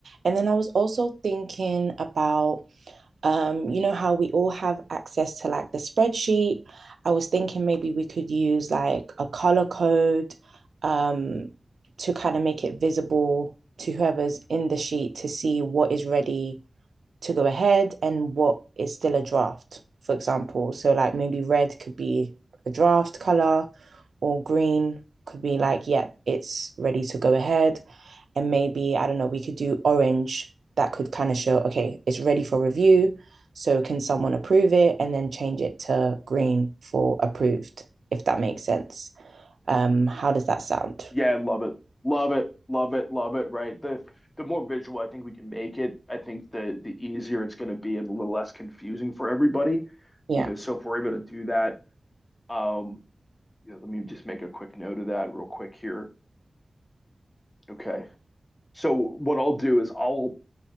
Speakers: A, on the right (about 80°); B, on the left (about 20°).
A: And then I was also thinking about, um, you know, how we all have access to like the spreadsheet. I was thinking maybe we could use like a color code, um, to kind of make it visible to whoever's in the sheet to see what is ready to go ahead and what is still a draft, for example. So, like, maybe red could be a draft color or green could be like, yeah, it's ready to go ahead. And maybe, I don't know, we could do orange that could kind of show, okay, it's ready for review. So, can someone approve it and then change it to green for approved, if that makes sense? Um, how does that sound?
B: Yeah, I love it. Love it. Love it. Love it. Right. The the more visual I think we can make it, I think the the easier it's going to be and a little less confusing for everybody.
A: Yeah.
B: You know, so if we're able to do that, um, you know, let me just make a quick note of that real quick here. Okay. So what I'll do is I'll